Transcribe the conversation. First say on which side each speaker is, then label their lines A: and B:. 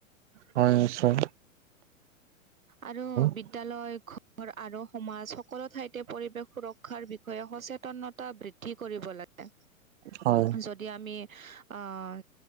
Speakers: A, on the right; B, on the right.
A: হয় নিশ্চয়।
B: আৰু বি বিদ্যালয়
A: নিশ্চয়
B: ঘৰ আৰু সমাজ সকলো ঠাইতে পৰিৱেশ সুৰক্ষাৰ বিষয়ে সচেতনতা বৃদ্ধি বৃদ্ধি কৰিব লাগে,
A: হয় হয়
B: যদি আমি আ্হ